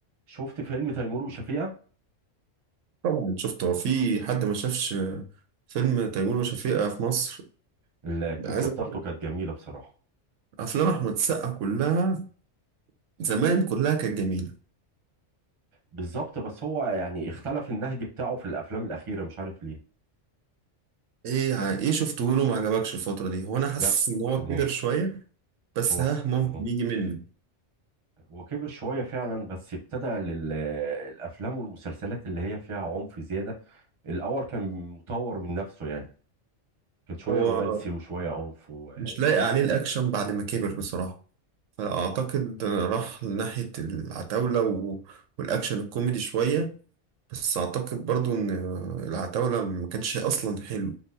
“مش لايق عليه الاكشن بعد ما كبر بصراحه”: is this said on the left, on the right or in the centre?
Right